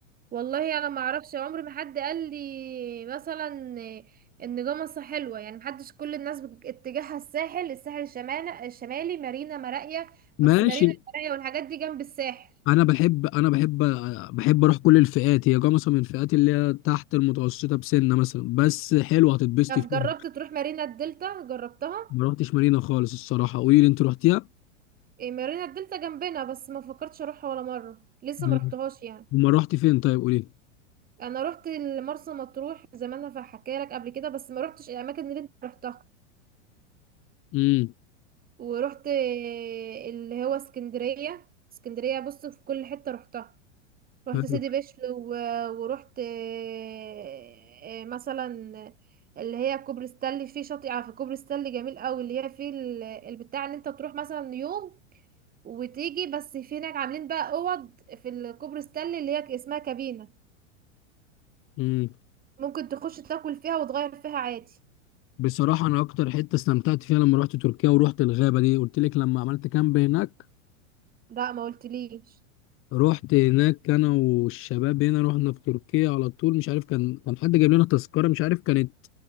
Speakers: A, on the right; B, on the left.
A: والله انا ما اعرفش عمر ما حد قال لي مثلا ان جمصة حلوه يعني محدش كل الناس بت- اتجاهها الساحل الساحل الشمالي الشمالي مارينا مراقية
B: ماشي
A: بس مارينا مراقية والحاجات دي جنب الساحل
B: انا بحب انا بحب بحب اروح كل الفئات هي جا مثلا من الفئات اللي هي تحت المتوسطه بسنه مثلا بس حلوه هتتبسطي
A: طب
B: فيها
A: جربت تروح مارينا الدلتا جربتها
B: ما رحتش مارينا خالص الصراحه قولي لي انت رحتيها
A: إيه، مارينا الدلتا جنبنا بس ما فكرتش اروحها ولا مره لسه
B: مم.
A: ما رحتهاش يعني
B: وما رحت فين طيب قولي لي
A: انا روحت مرسى مطروح زمان انا حكيت لك قبل كده بس ما روحتش الاماكن اللي انت روحتها
B: امم
A: ورحت إيه، اللي هو اسكندريه اسكندريه بص في كل حته روحتها رحت
B: حلو
A: سيدي بشر و- ورحت آه، آه، مثلا اللي هي كوبري ستانلي في شاطئ على في كوبري ستانلي جميل قوي اللي هي في ال- البتاع ان انت تروح مثلا يوم وتيجي بس في هناك عاملين بقى اوض في الكوبري ستانلي اللي هي اسمها كابينة
B: مم.
A: ممكن تخش تاكل فيها وتغير فيها عادي
B: بصراحة أنا أكتر حتة استمتعت فيها لما رحت تركيا ورحت الغابة دي قلت لك لما عملت كامب هناك
A: لا ما قلتليش
B: رحت هناك أنا والشباب هنا رحنا في تركيا على طول مش عارف كان كان حد جايب لنا تذكرة مش عارف كانت